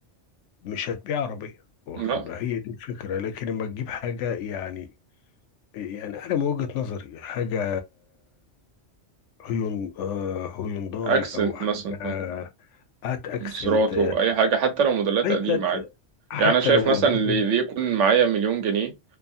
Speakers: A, on the left (about 80°); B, on the right (about 80°).
A: مش هتبيع عربية واخد
B: لا
A: بالك هي دي الفكرة لكن اما تجيب حاجة يعني يعني انا من وجهة نظري حاجة هيون آه، هيونداي
B: أكسنت
A: او حاجة
B: مثلا
A: هات اكسنت
B: سيراتو أي حاجة حتى لو موديلات
A: حتى
B: قديمة عادي
A: حتى
B: يعني أنا شايف
A: لو موديلات
B: مثلا اللي اللي يكون معايا مليون جنيه